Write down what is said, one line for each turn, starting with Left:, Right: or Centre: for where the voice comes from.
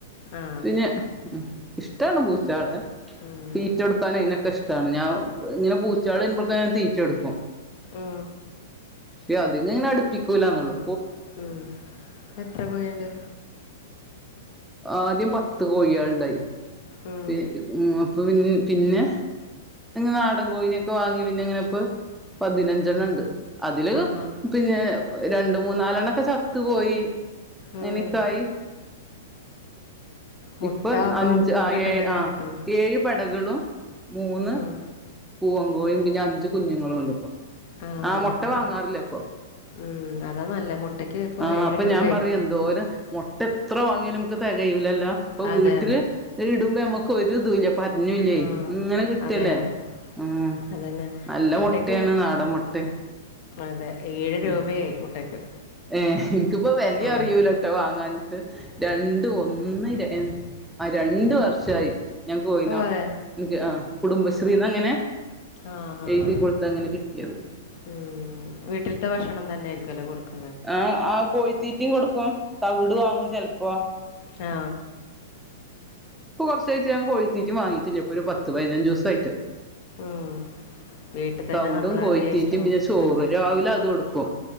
Left: ആ
Centre: പിന്നെ ഉം ഇഷ്ടമാണ് പൂച്ചകളെ.
Left: ഉം,
Centre: തീറ്റെടുക്കാനും അതിനൊക്കെഷ് <unintelligible> ഞാൻ ഇങ്ങനെ പൂച്ചകളെ <unintelligible> ഞാൻ തീറ്റൊടുക്കും.
Left: ഉം
Centre: പക്ഷെ അതിനെങ്ങനെ അടുപ്പിക്കൂലന്നുള്ളു.
Left: ഉം എത്ര കോഴിണ്ട്.
Centre: ആദ്യം പത്ത് കോഴികൾ ഇണ്ടായി.
Left: ഉം,
Centre: <unintelligible> <unintelligible> പിന്നെ നാടൻ കോഴിനൊക്കെ വാങ്ങി. പിന്നെ ഇങ്ങനെ ഇപ്പ പതിനഞ്ചെണ്ണം ഉണ്ട്. അതില്
Left: ആഹാ
Centre: പിന്നെ. രണ്ടും. മൂന്നാലെണ്ണൊക്കെ ചത്തു പോയി അങ്ങനെക്കായി.
Left: ഉം. മുട്ട
Centre: ഇപ്പൊ
Left: അപ്പം
Centre: അഞ്ച് ആ
Left: വീട്ടിൽ
Centre: ഏ
Left: നിന്ന് തന്നെ
Centre: ആ
Left: കിട്ടുന്നു
Centre: ഏഴ് പെ <unintelligible> മൂന്ന്.
Left: ഉം,
Centre: പൂവൻ കോഴിയും, പിന്നെ അഞ്ചു കുഞ്ഞുങ്ങളും ഉണ്ട് ഇപ്പൊ.
Left: ആഹ്
Centre: ആ മുട്ട വാങ്ങാറില്ല
Left: ആഹ്
Centre: ഇപ്പൊ
Left: ഉം അതാ നല്ല മുട്ടക്ക് ഇപ്പൊ
Centre: ആഹ്
Left: ഏഴ് രൂപയായി.
Centre: ഞാൻ പറയും എന്തോരം മുട്ട ഇപ്പ് എത്ര വാങ്ങിയാലുംനമുക്ക് തികയുല്ലല്ലോ അപ്പൊ
Left: അതെ
Centre: വീട്ടില്
Left: അതെ
Centre: ഇടും. <unintelligible> ഞമ്മക്ക് ഒരു ഇതൂല്ല പ ഇലിൽല്ലേയ്
Left: ആ
Centre: ഇങ്ങനെ കിട്ടല്ലേ
Left: അതെ അതെ
Centre: ഉം
Left: അതന്നെ
Centre: നല്ല
Left: മുട്ടയ്ക്ക്
Centre: മൊട്ടേണ് നാടമ്മൊട്ട
Left: അതെ ഏഴ്
Centre: ഉം
Left: രൂപയായി മുട്ടയ്ക്ക്
Centre: ഏ നിക്കിപ്പോ വെല്ലി
Left: ആ
Centre: അറിയൂലട്ടോ വാങ്ങാഞ്ഞിട്ട് രണ്ട് ഒന്ന് എ ആ രണ്ട് വർഷായി ഞാൻ കോയിന
Left: ഓ അതെ
Centre: ണ്ട് ആ കുടുംബശ്രീന്ന്
Left: ഉം,
Centre: അങ്ങനെ
Left: ആ ആ
Centre: എഴുതി കൊടുത്ത് അങ്ങനെ കിട്ടിയത്
Left: ഉം വീട്ടിൻത്തെ ഭക്ഷണം തന്നെയ്ര്ക്കു അല്ലെ കൊടുക്ക്
Centre: ആ ആ കോഴിത്തീറ്റിം കൊടുക്കും തവ്ട് വാങ്ങും ചെൽപ്പൊ
Left: ആ
Centre: പ്പൊ കൊർച്ചായ്റ്റ് ഞാൻ കൊഴിത്തീറ്റി വാങ്ങീക്കിലും ഒരു പത്ത് പയ്നഞ്ചൂസയ്ട്ട്
Left: ഉം. വീട്ടിൽ തന്നെ
Centre: തവ്ടും
Left: നമ്മളെ
Centre: കോഴിത്തീറ്റിം
Left: വേസ്റ്റും
Centre: പിന്നെ ചോറു
Left: അതൊക്കെയില്ലേ.
Centre: രാവിലെ അത് ഒടുക്കും